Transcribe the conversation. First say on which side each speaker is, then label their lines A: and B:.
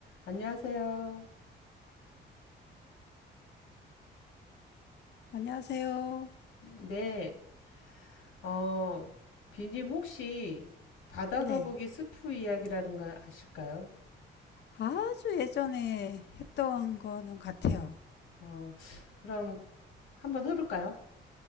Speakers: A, on the left; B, on the left.
A: 안녕하세요.
B: 안녕하세요.
A: 네, 어, 비님 혹시 바다거북이
B: 네.
A: 스프 이야기라는 걸 아실까요?
B: 아주 예전에 했던 거는 같아요.
A: 어, 그럼 한번 해볼까요?